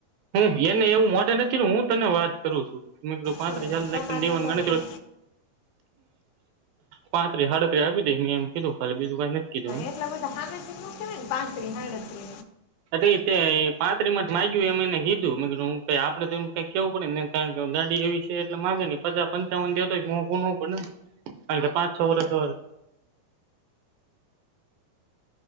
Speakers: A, on the right; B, on the left.
A: હું એને એવું મો નથી, હું તને વાત કરું છું, મિત્રો, પાંત્રીસ
B: કે
A: લઈને
B: તમારે
A: દેવા
B: ન કરવું
A: ગણ. પાંત્રીસ-સાડત્રીસ આવી દે, મે એમ કીધું, ખાલી બીજું કઈ નથી. કીધું
B: એટલા બધા હાડ માં, કેવાય ને, પાંત્રીસ-હાડત્રી.
A: એટ પાત્ર રિમત માંગ્યું એને. કીધું, મિત્ર, હું કઈ આપડે તો એમ કઈ કેવું પડે ને, કારણ કે ગાડી એવી છે, એટલે માગે નઈ પચાસ. પંચાવન દેતો મો ન પડે ને, કારણ કે પાંચ-છ વર્ષ.